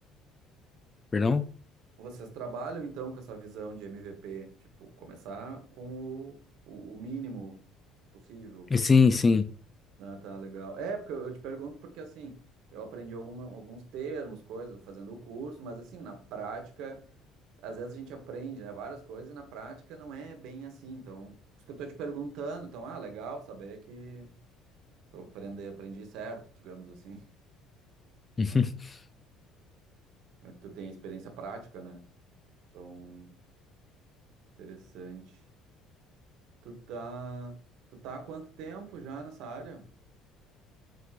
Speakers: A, on the left; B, on the right.
A: perdão?
B: Vocês trabalham, então, com essa visão de MVP? Tipo, começar com o, o, o mínimo possível.
A: Sim, sim.
B: Ah, tá, legal. É, porque eu eu te pergunto porque, assim, eu aprendi alguma, alguns termos, coisas, fazendo o curso, mas, assim, na prática, às vezes a gente aprende, né, várias coisas e na prática não é bem assim. Então, por isso que eu tô te perguntando. Então, ah, legal saber que tô aprendendo, aprendi certo, digamos assim.
A: <laughs>
B: <laughs> né? É que tu tem experiência prática, né? Então, interessante. Tu tá, tu tá há quanto tempo já nessa área?